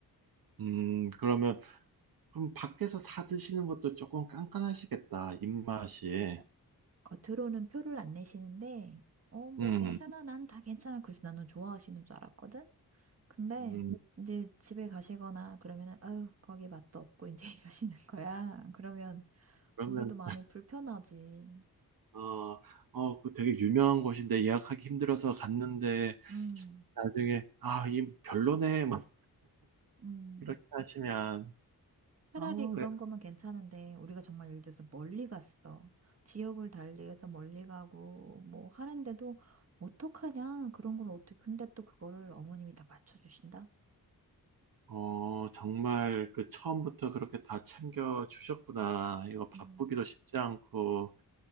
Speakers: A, on the right; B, on the right.
A: 음, 그러면 그럼 밖에서 사 드시는 것도 조금 깐깐하시겠다, 입맛이.
B: 겉으로는 표를 안 내시는데, 어, 뭐
A: 음,
B: 괜찮아. 난 다 괜찮아. 그래서 나는 좋아하시는 줄 알았거든. 근데
A: 음,
B: 이제 집에 가시거나 그러면은, 아유, 거기 맛도 없고 이제 <laughs> 이러시는 거야. 그러면
A: 그러면,
B: 우리도 마음이 불편하지.
A: 어, 어, 그 되게 유명한 곳인데 예약하기 힘들어서 갔는데
B: 음,
A: 나중에, 아, 이 별로네, 막
B: 음.
A: 이렇게 하시면,
B: 차라리
A: 아,
B: 그런
A: 왜-
B: 거면 괜찮은데 우리가 정말 예를 들어서 멀리 갔어. 지역을 달리해서 멀리 가고 뭐 하는데도 어떡하냐? 그런 걸 어떻게 근데 또 그거를 어머님이 다 맞춰주신다?
A: 어, 정말 그 처음부터 그렇게 다 챙겨 주셨구나. 이거 바쁘기도
B: 음,
A: 쉽지 않고,